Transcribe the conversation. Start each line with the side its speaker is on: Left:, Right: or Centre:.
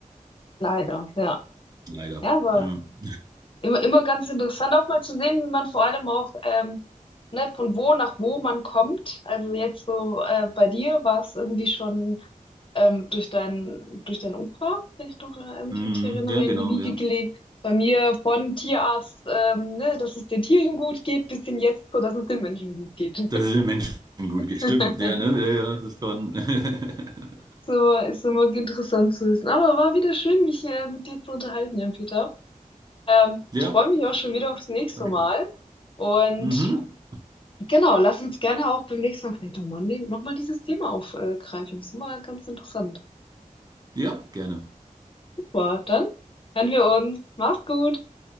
Left: Leider, ja.
Right: Leider.
Left: Ja, aber
Right: Hm.
Left: Immer, immer ganz interessant auch mal zu sehen, wie man vor allem auch ähm, ne, von wo nach wo man kommt. Also jetzt so äh, bei dir war es irgendwie schon ähm, durch dein, durch dein Opa, wenn ich noch, äh, mich
Right: Mhm.
Left: richtig erinnere,
Right: Ja, genau,
Left: in die Wiege
Right: ja.
Left: gelegt. Bei mir von Tierarzt, ähm, ne, dass es den Tieren gut geht, bis hin jetzt, so dass es den Menschen gut geht.
Right: Das ist den Menschen gut gestimmt,
Left: <laughs>
Right: ja, ne? Ja, ja, das ist schon. <laughs>
Left: So ist immer interessant zu wissen. Aber war wieder schön, mich äh, mit dir zu unterhalten, Jan-Peter. Ähm,
Right: Ja,
Left: ich freue mich auch schon wieder aufs nächste
Right: fand
Left: Mal.
Right: ich auch.
Left: Und
Right: Mhm.
Left: Genau, lass uns gerne auch beim nächsten Mal vielleicht nochmal noch mal dieses Thema aufgreifen. Das ist immer ganz interessant.
Right: Ja, gerne.
Left: Super, dann hören wir uns. Mach's gut.